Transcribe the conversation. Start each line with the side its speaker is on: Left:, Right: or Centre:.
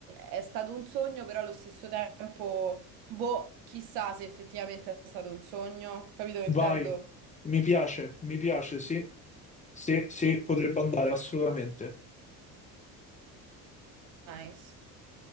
Right: è stato un sogno, però allo stesso tempo. Boh, chissà se effettivamente è stato un sogno, capito che
Left: Vai,
Right: intendo?
Left: mi piace, mi piace, sì, sì, sì, potrebbe andare assolutamente.
Right: Nice.